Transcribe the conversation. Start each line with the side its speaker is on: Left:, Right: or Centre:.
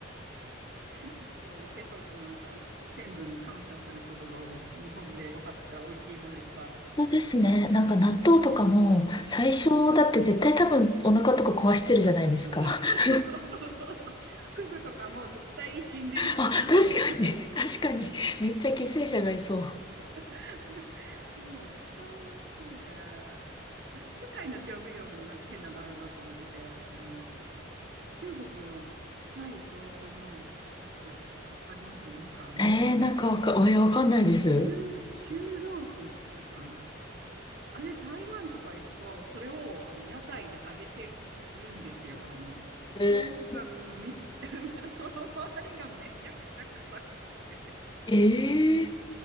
Right: <laughs> すごい、せそ、なんか、先祖に感謝することが多いです。日本でよかった、美味しいものいっぱいあると思って。
Left: 本当ですね。なんか納豆とかも、最初だって絶対多分お腹とか壊してるじゃないですか。
Right: そうそうそうそうそうそうそう。
Left: <laughs>
Right: フグとかも絶対死んでる人いるだろうな。
Left: あ、確かに、確かに。めっちゃ犠牲者がいそう。
Right: <laughs> そう、いっぱいありますよね。あ世界の調味料もなんか変なのあるなと思ってて、あの、中国の臭い豆腐のやつ、わかりますなんかあの、
Left: えー、なんかわか、えー、わかんないです。
Right: 臭臭豆腐って言ったかなあれ、台湾とか行くと、それをあの屋台で揚げてるんですよ。あの、
Left: え
Right: 豆腐が、もうめっ <laughs> その周りがめちゃくちゃ臭くて。
Left: ー、えー